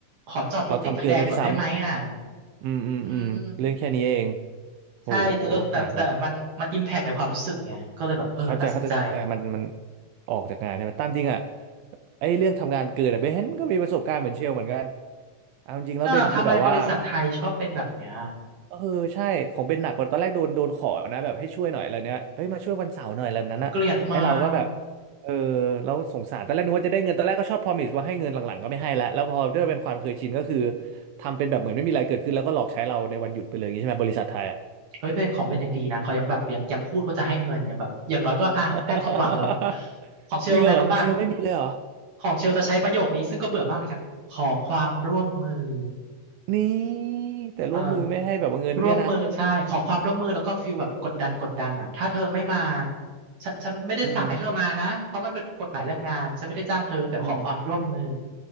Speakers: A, on the right; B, on the right.
A: ขอจอดรถติดไฟแดงก่อนได้ไหมอ่ะ
B: เราทำเกินด้วยซ้ำอืมอืมอืมเรื่องแค่นี้เอง
A: อืม
B: โอ้โห
A: ใช่แต่เลอะแต่แต่มันมันอิมแพกในความรู้สึกไงก็เลยแบบเออตัดสินใจ
B: หนักเลยเข้าใจเข้าใจมันมันออกจากงานเนี่ยตามจริงอ่ะไอ้เรื่องทำงานเกินอ่ะเบนก็มีประสบการณ์เหมือนเชลเหมือนกันเอาจริงๆแล้วเบนคือแบบว่า
A: เน่ะทำไมบริษัทไทยชอบเป็นแบบเนี้ย
B: เออใช่ของเบนหนักกว่าตอนแรกโดนโดนขอนะแบบให้ช่วยหน่อยอะไรเนี้ยเอ้ยมาช่วยวันเสาร์หน่อยอะไรแบบนั้นอะไอเราก็แบบ
A: เกลียดมาก
B: เออเราสงสารตอนแรกนึกว่าจะได้เงินตอนแรกก็ชอบพรอมิสว่าให้เงินหลังๆก็ไม่ให้แล้วแล้วพอด้วยเป็นความเคยชินก็คือ
A: อืม
B: ทำเป็นแบบเหมือนไม่มีอะไรเกิดขึ้นแล้วก็หลอกใช้เราในวันหยุดไปเลยอย่างนี้ใช่ไหมบริษัทไทยอะ
A: เฮ้ยเบนของเบนยังดีนะเขายังแบบยังยังพูดว่าจะให้เงินยังแบบอย่างน้อยก็อ่ะให้ความหวังแล้วหน่อย
B: <laughs>
A: ของเชลไงรู้ป่ะ
B: จริงเหรอเชลไม่มีเลยเหรอ
A: ของเชลจะใช้ประโยคนี้ซึ่งก็เบื่อมากเหมือนกันขอความร่วมมือ
B: นี่แต่ร่วมมือไม่ให้แบบว่าเงินเนี่ยนะ
A: เออร่วมมือใช่ขอความร่วมมือแล้วก็ฟีลแบบกดดันกดดันอ่ะถ้าเธอไม่มาฉันฉันไม่ได้สั่งให้เธอมานะเพราะมันเป็นกฎหมายแรงงานฉันไม่ได้จ้างเธอแต่ขอความร่วมมือ
B: อืมอืม